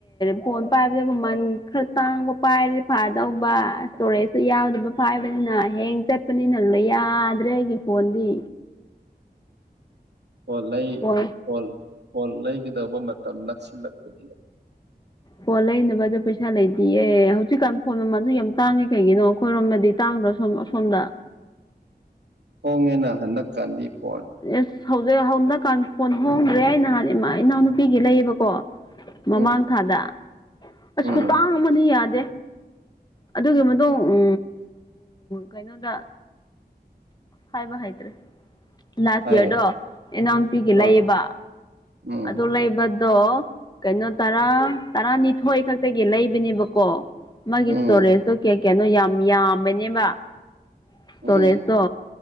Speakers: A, on the left; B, on the right.
A: ꯐꯣꯟ ꯄꯥꯏꯕꯗ ꯃꯃꯟ ꯈꯔ ꯇꯥꯡꯕ ꯄꯥꯏꯔꯦ ꯐꯥꯗꯧꯕ ꯏꯁꯇꯣꯔꯦꯖꯇ ꯌꯥꯎꯗꯕ ꯐꯥꯏꯕꯅꯤꯅ ꯍꯦꯡ ꯆꯠ ꯆꯠꯄꯅꯤꯅ ꯂ ꯌꯥꯗ꯭ꯔꯦ ꯑꯩꯒꯤ ꯐꯣꯟꯗꯤ
B: ꯍꯣꯟ ꯂꯩꯣꯟ
A: ꯐꯣꯟ
B: ꯐꯣꯟ ꯂꯩꯒꯗꯧꯕ ꯃꯇꯝ ꯅꯛꯁꯤꯜꯂꯛꯄꯒꯤꯅꯦ
A: ꯑꯣꯣ ꯂꯩꯅꯕꯗꯣ ꯄꯩꯁꯥ ꯂꯩꯇꯌꯦ ꯍꯧꯖꯤꯛꯀꯥꯟ ꯐꯣꯟ ꯃꯃꯜꯁꯨ ꯌꯥꯝ ꯇꯥꯡꯉꯦ ꯀꯩꯒꯤꯅꯣ ꯑꯩꯈꯣꯏꯔꯣꯝꯗꯗꯤ ꯇꯥꯡꯗ ꯁꯣꯝ ꯑꯁꯣꯝꯗ
B: ꯍꯣꯡꯉꯦꯅ ꯍꯟꯗꯛꯀꯥꯟꯗꯤ ꯐꯣꯟ
A: ꯑꯦꯁ ꯍꯧꯖꯤꯛ ꯍꯧꯖꯤꯗꯛꯀꯥꯟ ꯐꯣꯟ ꯍꯣꯡꯗ꯭ꯔꯦ ꯑꯩ ꯅꯍꯥꯟ ꯏꯃꯥ ꯏꯅꯥꯎꯅꯨꯄꯤꯒꯤ ꯂꯩꯌꯦꯕꯀꯣ ꯃꯃꯥꯡ
B: ꯎꯝ
A: ꯊꯥꯗ ꯑꯁ
B: ꯎꯝ
A: ꯈꯨꯇꯥꯡ ꯑꯃ ꯌꯥꯗꯦ ꯑꯗꯨꯒꯤ ꯃꯇꯨꯡ ꯎ ꯀꯩꯅꯣꯗ ꯍꯥꯏꯕ ꯍꯥꯏꯗ꯭ꯔꯦ ꯂꯥꯁ
B: ꯍꯥꯏꯌꯣ
A: ꯌꯌꯥꯔꯗꯣ ꯑꯦꯅꯥꯎꯟꯄꯤꯒꯤ
B: ꯍꯣꯏ
A: ꯂꯩꯌꯦꯕ
B: ꯎꯝ
A: ꯑꯗꯨ ꯂꯩꯕ ꯑꯗꯣ ꯀꯩꯅꯣ ꯇꯔꯥ ꯇꯔꯥꯅꯤꯊꯣꯏ ꯈꯛꯇꯒꯤ ꯂꯩꯕꯅꯦꯕꯀꯣ ꯃꯥꯒꯤ
B: ꯎꯝ
A: ꯏꯁꯇꯣꯔꯦꯖꯇꯣ ꯀꯌꯥ ꯀꯌꯥꯅꯣ ꯌꯥꯝ ꯌꯥꯝꯃꯦꯅꯦꯕ ꯏꯁꯇꯣꯔꯦꯖꯇꯣ
B: ꯎꯝ